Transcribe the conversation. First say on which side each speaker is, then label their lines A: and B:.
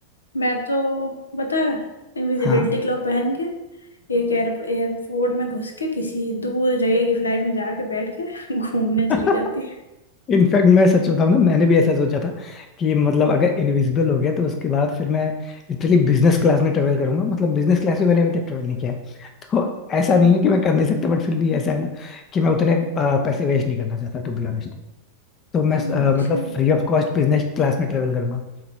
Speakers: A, on the left; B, on the left.
A: मैं तो पता है इनविजिबिलिटी
B: हाँ
A: क्लॉक पहन के एक एयर एयरपोर्ट में घुस के किसी दूर जगह की फ्लाइट में जाके बैठ के <laughs> घूमने
B: <laughs>
A: चली जाती
B: इनफैक्ट मैं सच बताऊं ना मैंने भी ऐसा सोचा था कि मतलब अगर इनविजिबल हो गया तो उसके बाद फिर मैं लिटरली बिजनेस क्लास में ट्रेवल करूंगा मतलब बिजनेस क्लास में मैंने अभी तक ट्रेवल नहीं किया है। तो ऐसा
A: हम्म,
B: नहीं है कि मैं कर नहीं सकता बट फिर भी ऐसा है ना कि मैं उतने अ, पैसे वेस्ट नहीं करना चाहता टू बी ऑनेस्ट तो मैं अ,
A: अच्छा
B: मतलब free of cost business class में ट्रेवल करूंगा